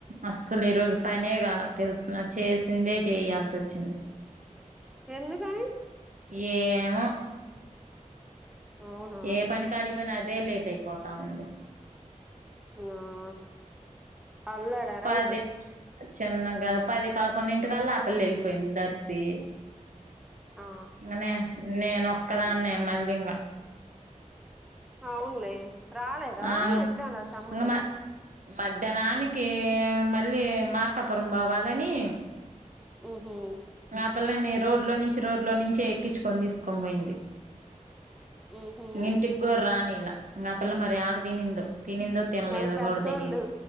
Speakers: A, on the right (about 70°); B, in the centre.
A: అస్సలు ఈరోజు పనే కాల తెలుసునా చేసిందే చేయాల్సి వచ్చింది
B: ఎందుకని
A: ఏవో
B: అవునా
A: ఏ పని కాడికి పోయినా అదే లేట్ అయిపోతా ఉంది
B: ఆ అల్లాడారా
A: పది
B: అయితే
A: చిన్నగా పది పదకొండు ఇంటికల్లా ఆపిల్ల వెళ్ళిపోయింది దర్సి
B: ఆ
A: నే నేనొక్కదాన్నే మళ్ళీ ఇంకా
B: అవునులే రాలేదా
A: ఆ
B: ఎగ్జామ్ రాసి అమ్మటే
A: ఇంగ మ మధ్యాహ్నానికి మళ్ళీ మార్కాపురం పోవాలని
B: హు హు
A: ఆ పిల్లని రోడ్ లో నుంచి రోడ్ లో నుంచి ఎక్కించుకొని తీసుకొని పోయింది
B: ఉహు
A: ఇంటిగూడ రాణీలా ఆ పిల్ల మరి యాడ తినిందొ తినిందో తినలేదు
B: మరి పెద్దోళ్ళు
A: కూడ తెలియదు